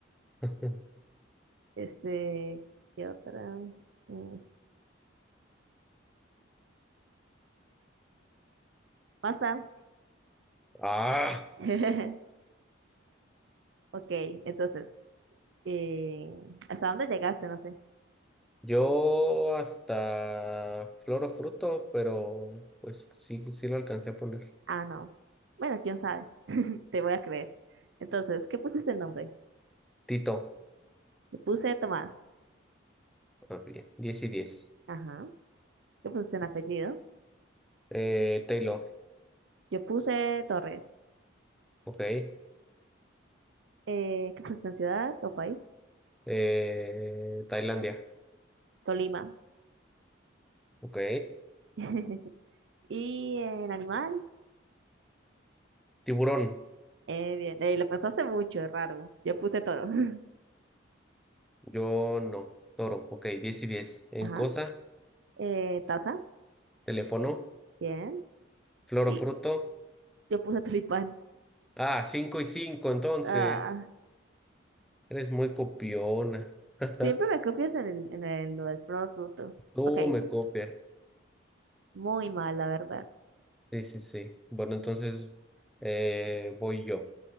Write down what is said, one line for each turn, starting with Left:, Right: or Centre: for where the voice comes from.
Centre: <laughs>
Right: Este, ¿qué otra? Mm, pasa.
Centre: Ah,
Right: <laughs> Ok, entonces, eh, ¿hasta dónde llegaste? No sé.
Centre: yo hasta flor o fruto, pero pues sí, sí lo alcancé a poner.
Right: Ah, no. Bueno, quién sabe. Te voy a creer. Entonces, ¿qué pusiste en nombre?
Centre: Tito.
Right: Yo puse Tomás.
Centre: Ah, bien. diez y diez
Right: Ajá. ¿Qué pusiste en apellido?
Centre: Eh, Taylor.
Right: Yo puse Torres.
Centre: Ok.
Right: Eh, ¿qué pusiste en ciudad o país?
Centre: Eh, Tailandia.
Right: Tolima.
Centre: Ok.
Right: <laughs> Y en animal,
Centre: Tiburón.
Right: eh, bien. Eh, lo pensaste mucho, es raro. Yo puse toro. <laughs>
Centre: Yo no. Toro, ok, 10 y diez En
Right: Ajá.
Centre: cosa,
Right: Eh, taza,
Centre: teléfono,
Right: bien.
Centre: flor
Right: Y
Centre: o fruto.
Right: yo puse tulipán.
Centre: Ah, 5 y 5 entonces.
Right: Ah,
Centre: Eres muy copiona. <laughs>
Right: siempre me copias en el, en el, lo del producto.
Centre: Tú
Right: Ok,
Centre: me copias.
Right: muy mal, la verdad.
Centre: Sí, sí, sí. Bueno, entonces eh, voy yo.